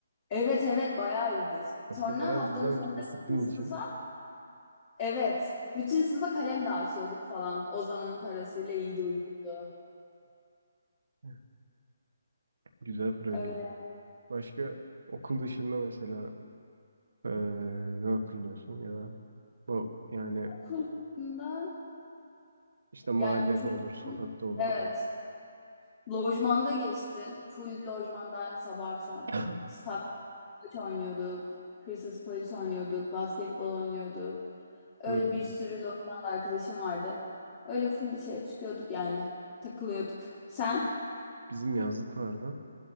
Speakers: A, on the left; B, on the right.
A: evet evet bayağı iyiydi.
B: Aslında
A: Sonra
B: bayağı
A: haftanın
B: güzelmiş
A: sonunda
B: disiplin
A: bütün
B: için.
A: sınıfa evet bütün sınıfa kalem dağıtıyorduk falan. O zamanın parasıyla iyiydi uygundu.
B: <laughs> Güzel proje.
A: Öyle.
B: Başka okul dışında mesela eee, ne hatırlıyorsun ya da bu yani
A: Okulda
B: işte mahallede
A: yani çocuğum
B: olur, sokakta olur.
A: evet lojmanda geçti. Full lojmanda sabah akşam.
B: <coughs> <clears throat>
A: Saklambaç oynuyorduk. Hırsız polis oynuyorduk. Basketbol oynuyorduk. Öyle
B: Hmm.
A: bir sürü Lorient'li arkadaşım vardı. Öyle full dışarı çıkıyorduk yani. Takılıyorduk. Sen?
B: Bizim yazlık vardı